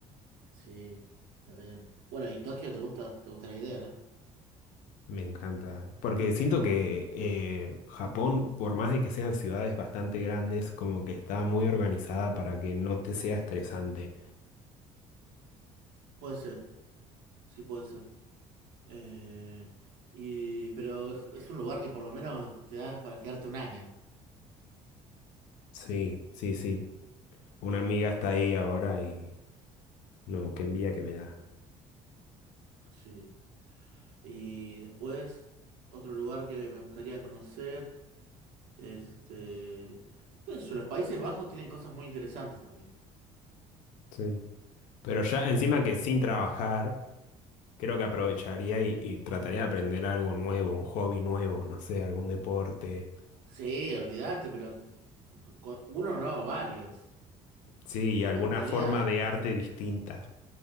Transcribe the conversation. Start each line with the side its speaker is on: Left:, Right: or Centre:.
Right: sí, también. Bueno, ¿y Tokio te gusta? ¿Te gusta la idea, no?
Left: Me encanta, porque siento que eh, Japón, por más de que sean ciudades bastante grandes, como que está muy organizada para que no te sea estresante.
Right: Puede ser, sí puede ser. Eh, y, pero es es un lugar que por lo menos te da para quedarte un año.
Left: Sí, sí, sí. Una
Right: Eh,
Left: amiga está ahí ahora y... No, qué envidia que me da.
Right: sí. Y después, otro lugar que me me gustaría conocer es este. qué sé yo, los Países Bajos tienen cosas muy interesantes también.
Left: Sí. Pero ya
Right: Eh,
Left: encima que sin trabajar, creo que aprovecharía y, y trataría de aprender algo nuevo, un hobby nuevo, no sé, algún deporte.
Right: sí, olvídate, pero con uno no, varios.
Left: Sí, y
Right: Me
Left: alguna
Right: encantaría.
Left: forma de arte distinta.